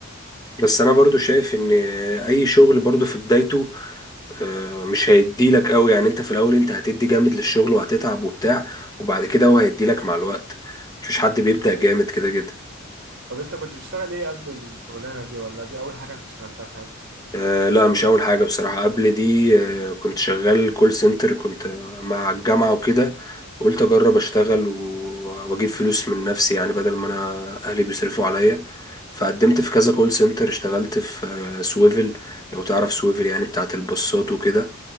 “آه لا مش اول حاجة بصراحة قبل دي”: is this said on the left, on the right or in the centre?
Left